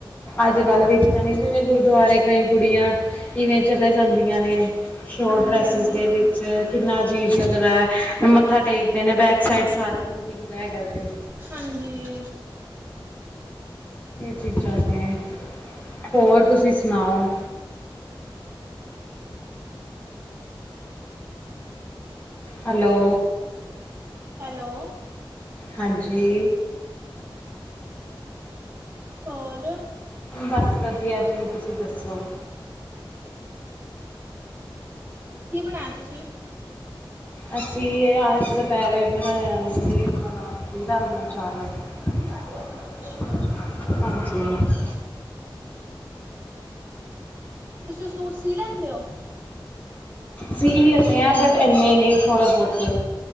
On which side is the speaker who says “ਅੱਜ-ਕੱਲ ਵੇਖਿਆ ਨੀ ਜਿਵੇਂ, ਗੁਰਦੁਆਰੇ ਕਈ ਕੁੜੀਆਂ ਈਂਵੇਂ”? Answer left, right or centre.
Left